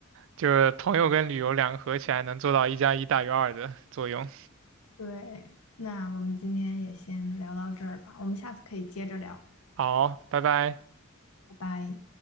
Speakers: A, on the right; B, on the left.
A: 就是朋友跟旅游两个合起来能做到一加一大于二的作用。
B: 对，那我们今天也先聊到这儿吧，我们下次可以接着聊，
A: 好，拜拜。
B: 拜拜。